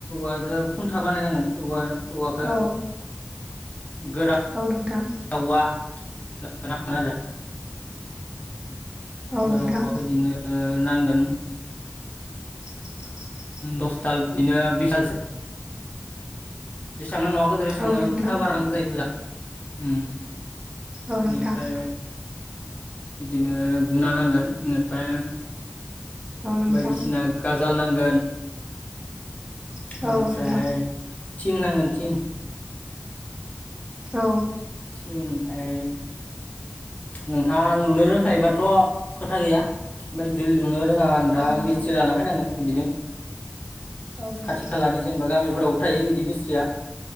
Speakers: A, on the left (about 40°); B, on the right (about 25°).
A: औजों खुन्था बानायनांगोन औवा हौवाखौ
B: औ
A: गोरान
B: औ नोंथां
A: औवा नांगोन
B: औ
A: गोराआखौ
B: नोंथां
A: बिदिनो नांगोन
B: <inaudible>
A: दसथाल बिनो बिसदालसो जेसेबांनो नवा गोदेर एसांनो
B: औ नोंथां
A: खुन्था बारांग गो जायो अम
B: औ
A: बेनिफ्राय
B: नोंथां
A: बिदिनो बुंना नांगोन बेनिफ्राय
B: औ नोंथां
A: बायदिसिना गाजाल नांगोन
B: औ
A: बेनिफ्राय
B: नोंथां
A: थिं नांगोन थिं
B: औ
A: थिं ओमफाय नोंथाङा लुनो रोंखायोबाथ' खोथा गैया ओमफ्राय जुदि लुनो रोङाबा नोंथाङा
B: औ नोंथां
A: मिस्ट्रि लाना फैनांगोन बिदिनो
B: औ नोंथां
A: खाथि खालानि जेनबा गामिफोरावबो थायो बिदि मिस्थ्रिया